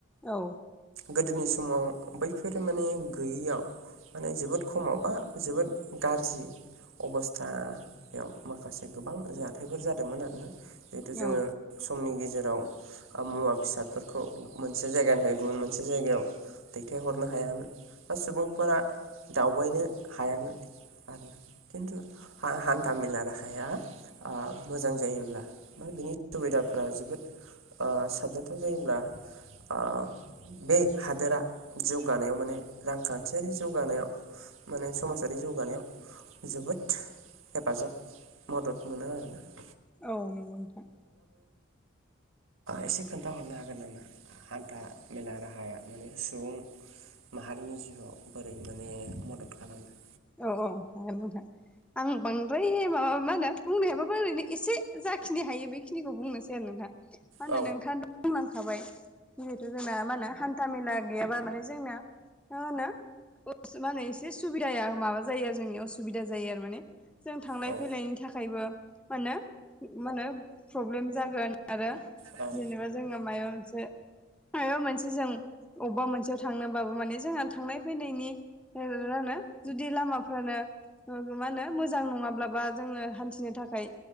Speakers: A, in the centre; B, on the right (about 85°).
A: औ
B: गोदोनि समाव बैफोर माने गैयैयाव माने जोबोद खमावबा जोबोद गाज्रि अबस्थायाव माखासे गोबां हाथायफोर जादोंमोन आरोना जितु
A: औ
B: जोङो समनि गेजे जेराव मुवा बेसादफोरखौ मोनसे जायगानो होयो गुबुन मोनसे जायगायाव दैथायहरनो हायामोन बा सुबुंफोरा दावबायनो हायामोन आरोना खिन्थु हान्था मेला राहाया मोजां जायोब्ला बा बिनि दुबिदाफ्रा जोबोद ओ साबजेक्टआव जायोब्ला आ बे हादोरा जौगानायाव माने रांखान्थियारि जौगानायाव माने समाजारि जौगानायाव जोबोद हेफाजाब मदद मोनो आरो।
A: औ नंगौ नोंथां।
B: एसे खोन्थाहरनो हागोन नामा हान्था मेला राहाया माने सुबुं माहारिनि जिउआव बोरै माने मदद खालामदों।
A: औ औ <unintelligible> आं बांद्राय माबा मा होनो बुंनो हायाबाबो ओरैनो एसे जाखिनि हायो बेखिनिखौ बुंनोसै आरो नोंथां। मा होनो
B: औ
A: नोंथाङा <unintelligible> खाबाय जिहेथु जोंना मा होनो हान्था मेला गैयाबा माने जोंनाया मा होनो <unintelligible> माने एसे सुबिदाया माबा जायो आरो जोंनि असुबिदा जायो आरो माने। जों थांलाय
B: औ
A: फैलायनि थाखायबो मानो मा होनो प्रब्लेम जागोन आरो
B: औ औ
A: जेनेबा जों मायबा मोनसे <unintelligible> जों अबबा मोनसेयाव थांनोबाबो माने जोंहा थांनाय फैनायनि रानो जुदि लामाफ्रानो मा होनो मोजां नङाब्लाबा जोङो हान्थिनो थाखाय